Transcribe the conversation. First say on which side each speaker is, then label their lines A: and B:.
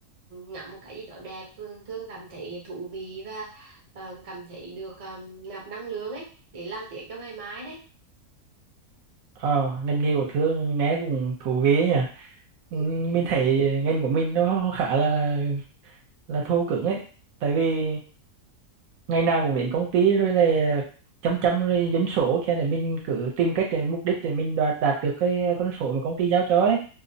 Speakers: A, on the right; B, on the right.
A: ngắm một cái gì đó đẹp Thương cảm thấy thú vị và ờ, cảm thấy được ờ, nạp năng lượng ấy để làm tiếp cho ngày mai đấy
B: ờ ngành nghề của Thương nghe cũng thú vị ấy nhỉ
A: ừ.
B: Ừm, mình thấy ngành của mình nó khá là là thô cứng ấy tại vì ngày nào cũng đến công ty rồi là chấm chấm rồi dân số kia để mình cứ tìm cách để mục đích để mình đạt đạt được cái con số mà công ty giao cho ấy